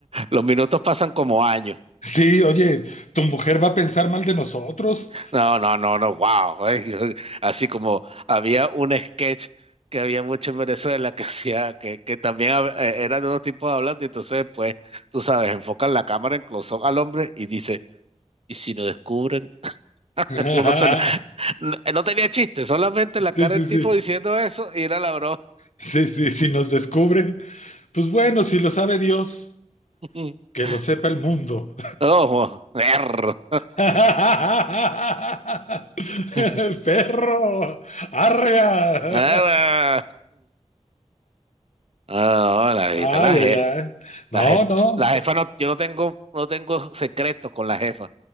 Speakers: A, on the right (about 55°); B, on the left (about 80°).
A: Los minutos pasan como años.
B: Sí, oye, tu mujer va a pensar mal de nosotros.
A: No, no, no, no, wow. Ay, Así como había un sketch que había mucho en Venezuela que hacía, que, que también hab- eh, eran unos tipos hablando, y entonces pues, tú sabes, enfocan la cámara en close al hombre y dice, ¿y si no descubren? <laughs>
B: <laughs>
A: Uno se- no, eh, no tenía chiste, solamente la cara
B: Sí, sí,
A: del
B: sí.
A: tipo diciendo eso y era la broma.
B: Sí, sí, si nos descubren. Pues bueno, si lo sabe Dios,
A: <laughs>
B: que lo sepa el mundo.
A: Ojo, perro.
B: <laughs>
A: <laughs>
B: Perro, arrea.
A: Ah, ah, la jefita,
B: Ah,
A: la
B: ya,
A: jefa,
B: ya. No,
A: la jefa,
B: no.
A: la jefa no, yo no tengo, no tengo secreto con la jefa.